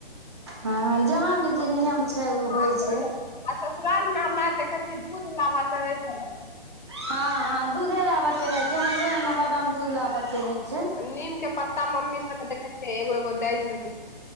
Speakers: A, on the right; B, on the left.
A: ह जहाँके जे नियम छै ओ
B: अहाँ
A: होइ
B: कहलहुँ,
A: छै।
B: आ ससुराल में हमरा देखे छीै दूध लाबा चे छले।
A: हँ हँ दूधे लाबे रहे छै हमरे ए ब मे दूध लाबे रहय छै।
B: नीम के पत्ता मम्मी सब के देखे छियै एगो एगो दै छल।